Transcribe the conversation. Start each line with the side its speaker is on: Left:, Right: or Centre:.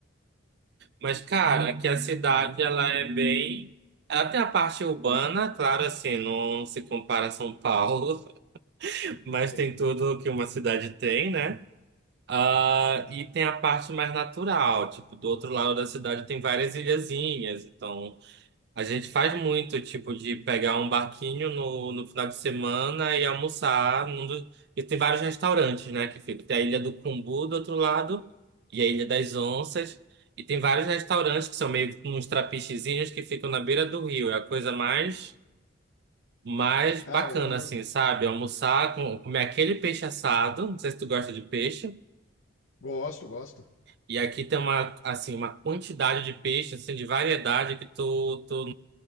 Right: mas, cara, aqui a cidade, ela é bem... Ela tem a parte urbana, claro, assim, não se compara a São Paulo. Mas
Left: Sim.
Right: tem tudo que uma cidade tem, né? Ah, e tem a parte mais natural, tipo, do outro lado da cidade tem várias ilhazinhas. Então, a gente faz muito, tipo, de pegar um barquinho no, no final de semana e almoçar. Num do- E tem vários restaurantes, né, que fica. Tem a Ilha do Cumbu do outro lado e a Ilha das Onças. E tem vários restaurantes que são meio que uns trapichezinhos que ficam na beira do rio. É a coisa mais mas
Left: Caramba.
Right: bacana, assim, sabe? Almoçar, com, comer aquele peixe assado. Não sei se tu gosta de peixe.
Left: Gosto, gosto.
Right: E aqui tem uma, assim, uma quantidade de peixe, assim, de variedade que tu, tu...